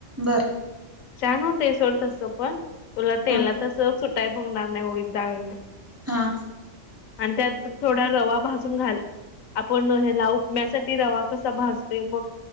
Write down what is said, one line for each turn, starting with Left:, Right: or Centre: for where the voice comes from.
Right: बर
Left: छान होते सोड तसं पण तुला तेलातच
Right: हा
Left: सुटाय बघणार नाही उडीद डाळीला.
Right: हा.
Left: आणि त्यात थोडा रवा भाजून घाल आपण हे लावू. म्यासाठी रवा कसा भासतेय मग